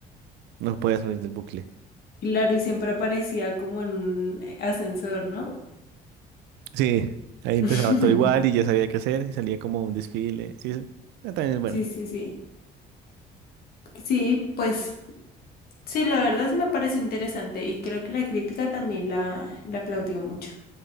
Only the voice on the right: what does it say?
no puede salir del bucle.
Sí, ahí empezaba
todo igual y ya sabía qué hacer y salía como un desfile. Sí, eso ah, también es bueno.